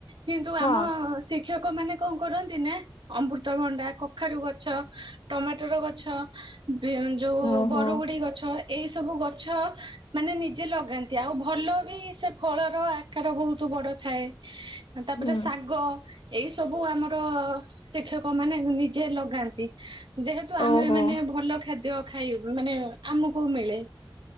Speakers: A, on the right; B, on the left.
A: କିନ୍ତୁ
B: ହଁ
A: ଆମ ଶି ଶିକ୍ଷକ ମାନେ କଣ କରନ୍ତି ନା ଅମୃତଭଣ୍ଡା, କଖାରୁ ଗଛ, ଟମାଟର ଗଛ ବି ଯୋଉ
B: ଓହୋ
A: ବରଗୁଡି ଗଛ ଏଇ ସବୁ ଗଛ ମାନେ ନିଜେ ଲଗାନ ତି ଆଉ ଭଲ ବି ସେ ଫଳର ଆକାର ବହୁତୁ ବଡ ଥାଏ। ତାପରେ
B: ହୁଁ
A: ଶାଗ ଏଇ ସବୁ ଆମର ଶିକ୍ଷକ ମାନେ ନିଜେ ଲଗାନ୍ତି। ଯେହେତୁ ଆମେ
B: ଓହୋ
A: ମାନେ ଭଲ ଖାଦ୍ୟ ଖାଇ ମାନେ ଆମକୁ ମିଳେ।